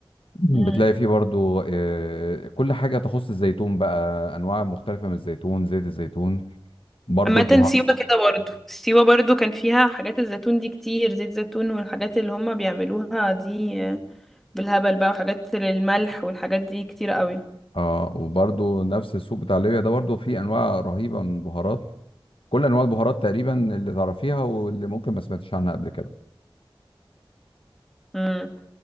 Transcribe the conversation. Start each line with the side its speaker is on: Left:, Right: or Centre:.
Left: بتلاقي
Centre: مم.
Left: فيه برضو آه، كل حاجة تخص الزيتون بقى أنواع مختلفة من الزيتون زيت الزيتون برضو
Centre: عامة
Left: البهار
Centre: سيوة كده برضو سيوة برضو كان فيها حاجات الزيتون دي كتير زيت زيتون والحاجات اللي هما بيعملوها دي بالهبل بقى وحاجات للملح والحاجات دي كتير قوي
Left: اه وبرضو نفس السوق بتاع ليبيا ده برضو فيه أنواع رهيبة من البهارات كل أنواع البهارات تقريبا اللي تعرفيها واللي ممكن ما سمعتش عنها قبل كده
Centre: مم.